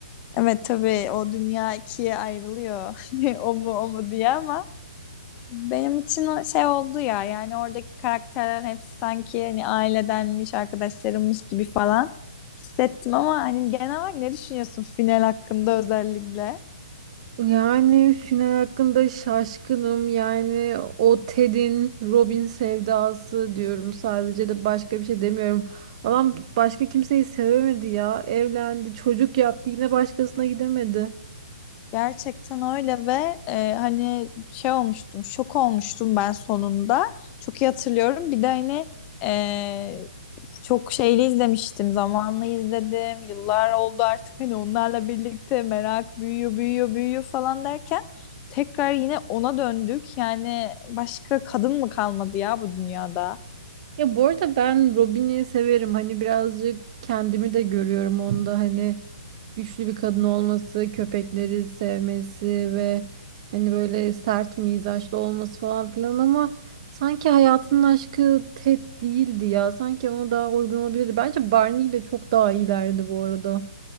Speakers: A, on the left; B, on the right.
A: Evet tabii o dünya ikiye ayrılıyor. <laughs> O mu o mu diye ama benim için o şey oldu ya yani oradaki karakterler hepsi sanki hani ailedenmiş, arkadaşlarımmış gibi falan hissettim ama hani genel olarak ne düşünüyorsun final hakkında özellikle?
B: Yani final hakkında şaşkınım. Yani o Ted'in Robin sevdası diyorum sadece de başka bir şey demiyorum. Adam başka kimseyi sevemedi ya. Evlendi, çocuk yaptı, yine başkasına gidemedi.
A: Gerçekten öyle ve e, hani şey olmuştum, şok olmuştum ben sonunda. Çok iyi hatırlıyorum. Bir de hani e, çok şeyli izlemiştim, zamanlı izledim. Yıllar oldu artık hani onlarla birlikte merak büyüyor, büyüyor, büyüyor falan derken tekrar yine ona döndük. Yani başka kadın mı kalmadı ya bu dünyada?
B: Ya bu arada ben Robin'i severim. Hani birazcık kendimi de görüyorum onda. Hani güçlü bir kadın olması, köpekleri sevmesi ve hani böyle sert mizaçlı olması falan filan ama sanki hayatının aşkı Ted değildi ya. Sanki ona daha uygun olabilirdi. Bence Barney ile çok daha iyilerdi bu arada.